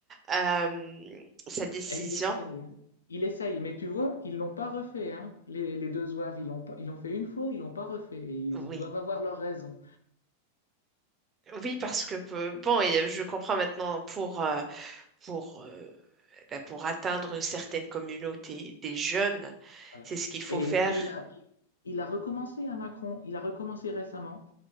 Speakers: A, on the right; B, on the left.
A: euh, sa décision.
B: Et il essaye. hein. Il essaye, mais tu vois, ils l'ont pas refait. hein. Les, les deux zouaves, ils l'ont pas- ils l'ont fait une fois, ils l'ont pas refait. Et ils
A: Oui,
B: doivent avoir leur raison.
A: Oui, parce que euh, bon, et euh, je comprends maintenant pour euh, pour euh, ben, pour atteindre une certaine communauté des jeunes,
B: Voilà.
A: c'est ce qu'il faut
B: Et,
A: faire.
B: et il a, il a recommencé à Macron. Il a recommencé récemment.